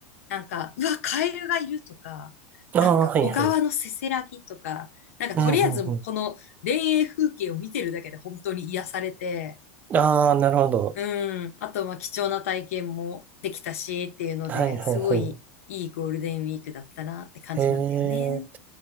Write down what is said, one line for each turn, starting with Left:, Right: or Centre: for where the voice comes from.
Left: なんか、うわ、カエルがいるとか、
Right: ああ、
Left: なんか、
Right: はいはい。
Left: 小川のせせらぎとか、なんか、
Right: うん、
Left: とりあえず、
Right: うん、う
Left: この田園風景を見てるだけで本当に癒されて、
Right: ん。ああ、なるほど。
Left: うん、あと、まあ、貴重な体験もできたし、っていうので、
Right: はいはいは
Left: すごいいいゴールデンウィークだったなって感じなんだよね。
Right: い。ええ、